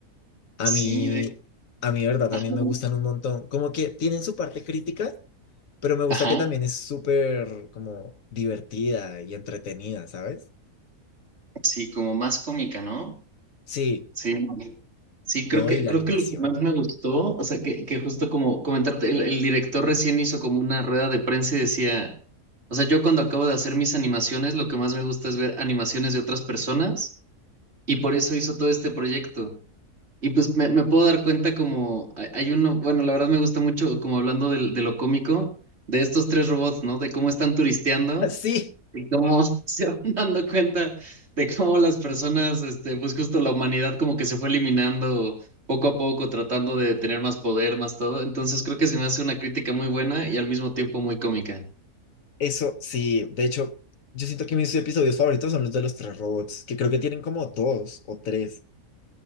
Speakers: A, on the left; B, on the right.
A: A
B: Sí,
A: mí,
B: de...
A: a mí, verdad, también
B: Ajá,
A: me gustan un montón. Como que tienen su parte crítica, pero me gusta
B: ajá,
A: que también es súper como divertida y entretenida, ¿sabes?
B: sí, como más cómica, ¿no?
A: Sí,
B: Sí, sí, creo
A: no,
B: que,
A: y la
B: creo
A: animación.
B: que lo que más me gustó, o sea, que, que justo como comentarte, el, el director recién hizo como una rueda de prensa y decía, o sea, yo cuando acabo de hacer mis animaciones, lo que más me gusta es ver animaciones de otras personas y por eso hizo todo este proyecto. Y pues me, me puedo dar cuenta como hay hay uno, bueno, la verdad me gusta mucho como hablando del- de, lo cómico, de estos tres robots, ¿no? De cómo están turisteando
A: <laughs> Sí,
B: y cómo <laughs> se van dando cuenta de cómo las personas, este, pues justo la humanidad como que se fue eliminando poco a poco, tratando de tener más poder, más todo. Entonces creo que se me hace una crítica muy buena y al mismo tiempo muy cómica.
A: eso, sí. De hecho, yo siento que mis episodios favoritos son los de los tres robots, que creo que tienen como dos o tres,